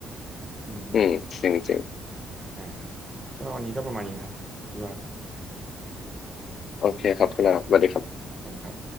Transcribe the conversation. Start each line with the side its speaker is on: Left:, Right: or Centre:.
Right: อืมอืม
Left: อืมจริงจริง
Right: อ่าครับก็วันนี้ก็ประมาณนี้นะครับคิดว่า
Left: โอเคครับคุณลาบสวัสดีครับ
Right: ขอบคุณครับ